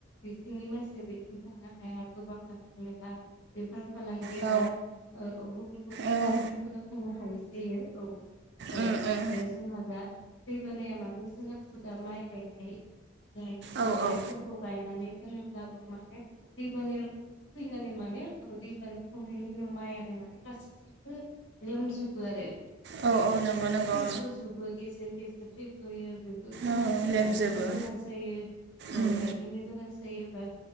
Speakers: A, on the left; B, on the right.
A: बिथिंनि मानसिया बिदिनो थांनो हाया गोबां हान्था मेला बेफोर फालांगि
B: औ
A: बा औ औ गुबुन गुबुन
B: औ
A: खामानिफोराव थांनो हाय जायो औ औ आरो
B: उम उम
A: जोंहा दा दैबानाया मानो जोंहाथ' दा माइ गायनाय दा
B: औ
A: माइफोरखौ
B: औ
A: गायनानै दोनोब्लाबो माने दै बानाया फैनानै माने दैबानो खमहैनायनि माइआ माने गासैखौबो लेमजोबो आरो
B: औ
A: दैबानाजों
B: औ नंगौ नंगौ
A: थैफ्रावजोबो गेजेर गेजेर थै फोयो बेफोरखौ
B: औ
A: माने जों
B: लेमजोबो
A: गायफिननो गोनां जायो औ
B: उम
A: ग - बेनो गोनां जायोबा